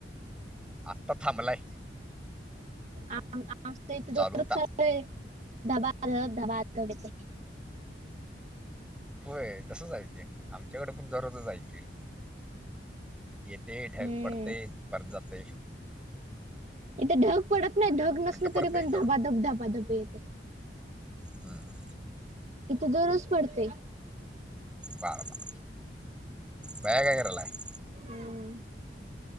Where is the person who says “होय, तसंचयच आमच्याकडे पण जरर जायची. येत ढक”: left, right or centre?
Centre